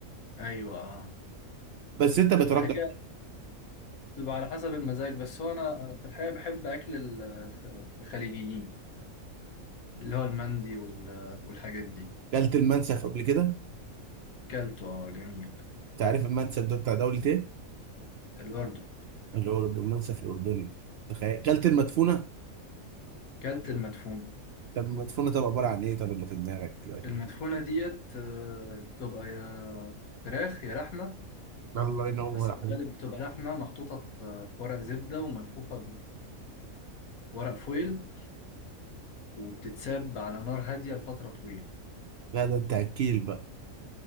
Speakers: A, on the left; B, on the right.
A: ايوه اه
B: بس انت بترجح
A: فهي بتبقى على حسب المزاج بس هو انا في الحقيقه بحب اكل ال- الخليجيين اللي هو المندي وال- والحاجات دي
B: اكلت المنسف قبل كده انت
A: كلته اه جميل
B: عارف المنسف ده بتاع دولة ايه
A: الاردن
B: اللي هو المنسف الاردني تخيل اكلت المدفونه
A: كلت المدفون
B: طب المدفونه طب عباره عن ايه طب اللي في دماغك يعني
A: المدفونه ديت آه، بتبقى يا فراخ يا لحمه
B: الله ينور
A: بس في الغالب بتبقى لحمه محطوطه في في ورق زبده وملفوفه بورق فويل وبتتساب على نار هاديه لفتره طويله
B: لا ده انت اكيل بقى